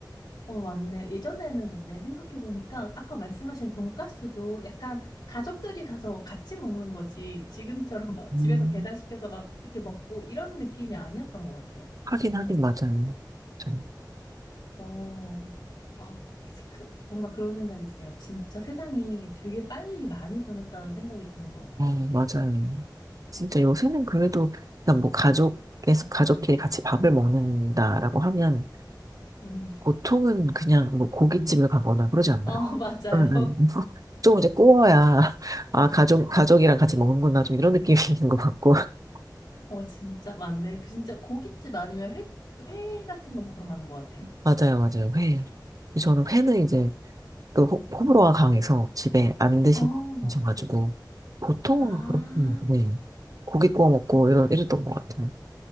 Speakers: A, on the left; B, on the right.
A: 어, 맞네. 예전에는 근데 생각해보니까 아까 말씀하신 돈가스도 약간 가족들이 가서 같이 먹는 거지. 지금처럼 막
B: 음.
A: 집에서 배달시켜서 막 이렇게 먹고 이런 느낌이 아니었던 것 같아요.
B: 하긴 하긴 맞아요. 저-
A: 어, 와, 뭔가 그런 생각이 드네요. 진짜 세상이 되게 빨리 많이 변했다는 생각이 드는 것 같아요.
B: 어, 맞아요. 진짜 요새는 그래도 그냥 뭐 가족 계속 가족끼리 같이 밥을 먹는다라고 하면
A: 음, 네.
B: 보통은 그냥 뭐 고깃집을 가거나 그러지 않나요?
A: 어, <laughs> 맞아요.
B: 응, 응. 좀 이제 구워야, <laughs> 아, 가족, 가족이랑 같이 먹는구나, 좀 이런 느낌이 <laughs> 있는 것 같고. <laughs>
A: 어, 진짜 맞네. 그 진짜 고깃집 아니면 회, 회 같은 거 먹으러 가는 것 같아요.
B: 맞아요, 맞아요. 회. 저는 회는 이제 그 호, 호불호가 강해서 집에 안 드셔가지고,
A: 어,
B: 보통은
A: 아,
B: 그렇군요. 네. 고기 구워 먹고 이런, 이랬던 것 같아요.